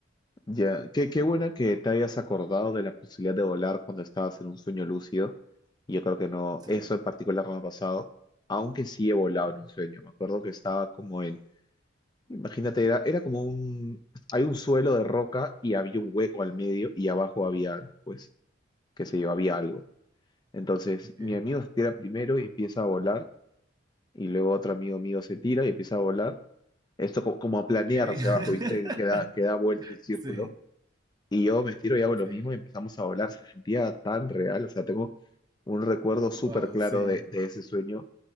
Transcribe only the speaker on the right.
Sí,
sí,
ok,
ok. <laughs>
Sí,
sí,
wow,
sí,